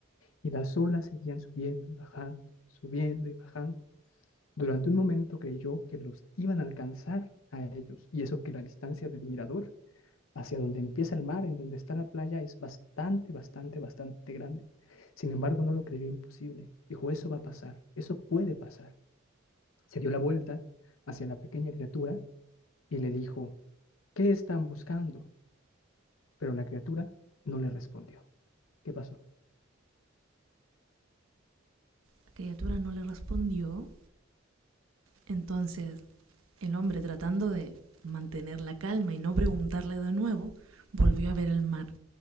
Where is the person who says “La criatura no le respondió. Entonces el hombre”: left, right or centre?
Right